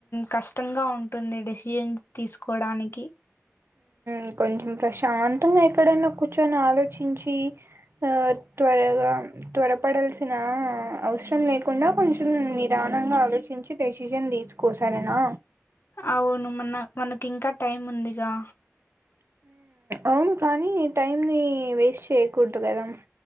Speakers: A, on the left; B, on the right.
A: కష్టంగా ఉంటుంది డెసిజన్ తీసుకోడానికి
B: ఉ కొంచెం ప్రశాంతంగా ఎక్కడన్నా కూర్చొని ఆలోచించి ఆ త్వరగా త్వరపడాల్సిన అవసరం లేకుండా కొంచెం నిదానంగా ఆలోచించి డెసిషన్ తీసుకోసారేనా
A: అవును మన మనకి ఇంకా టైం ఉందిగా
B: అవును కానీ టైమ్ ని వేస్ట్ చేయ్యకూడదు కదా